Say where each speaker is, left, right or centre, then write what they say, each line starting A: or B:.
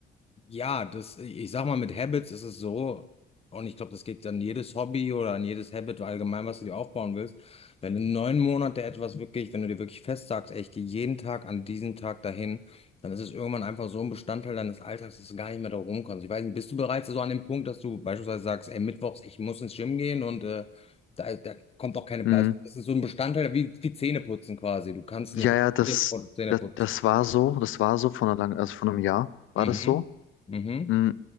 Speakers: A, on the left (about 30°); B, on the left (about 80°).
A: Ja, das, ich sag mal, mit Habits ist es so, und ich glaube, das geht an jedes Hobby oder an jedes Habit allgemein, was du dir aufbauen willst. Wenn du neun Monate etwas wirklich, wenn du dir wirklich fest sagst, ey, ich gehe jeden Tag an diesen Tag dahin, dann ist es irgendwann einfach so ein Bestandteil deines Alltags, dass du gar nicht mehr darum kommst. Ich weiß nicht, bist du bereits so an dem Punkt, dass du beispielsweise sagst, ey, mittwochs, ich muss ins Gym gehen und äh, da, da kommt auch keine
B: Hm,
A: Platz. Das ist so ein Bestandteil wie, wie Zähneputzen quasi. Du kannst
B: ja,
A: nicht, aufstehen,
B: ja, das,
A: bevor du Zähne
B: das,
A: putzt.
B: das war so. Das war so von einer langen, also von einem Jahr war
A: Mhm.
B: das so.
A: Mhm.
B: Hm,